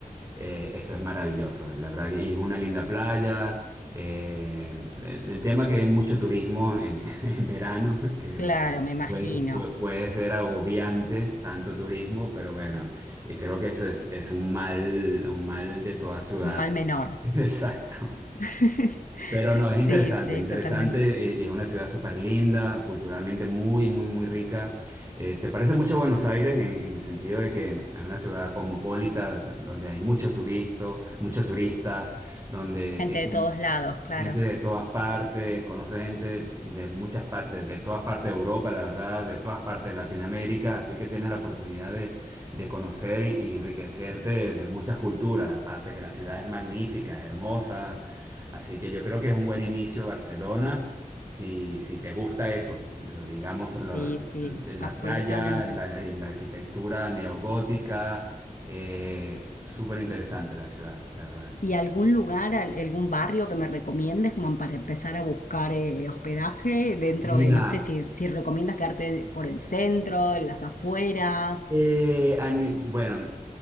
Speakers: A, on the right; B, on the left.
A: Eh, eso es maravilloso, la verdad. Y es una linda playa. Eh, el, el tema que hay mucho turismo en <laughs> <laughs> en verano, que
B: Claro, me imagino.
A: puede, pu- puede ser agobiante tanto turismo, pero bueno, y creo que eso es, es un mal, un mal de toda ciudad.
B: Un mal menor.
A: <laughs> Exacto.
B: <laughs>
A: Pero no, es
B: Sí,
A: interesante,
B: sí,
A: interesante
B: totalmente.
A: eh, y es una ciudad súper linda, culturalmente muy, muy, muy rica. Eh, se parece mucho a Buenos Aires en, en el sentido de que es una ciudad cosmopolita d- donde hay muchos turistas, muchos turistas, donde
B: Gente
A: tiene
B: de todos lados, claro.
A: Gente de todas partes, conoce gente de muchas partes, de todas partes de Europa, la verdad, de todas partes de Latinoamérica, así que tienes la oportunidad de, de conocer y, y enriquecerte de, de muchas culturas, aparte que la ciudad es magnífica, hermosa, así que yo creo que es un buen inicio Barcelona, si, si te gusta eso, lo digamos, lo-
B: Sí, sí,
A: la
B: absolutamente.
A: playa, la, la arquitectura neogótica, eh, súper interesante la ciudad, la verdad.
B: ¿Y algún lugar, al- algún barrio que me recomiendes como para empezar a buscar eh, hospedaje dentro
A: Mira.
B: de, no sé si, si recomiendas quedarte por el centro, en las afueras?
A: Eh, ani- bueno,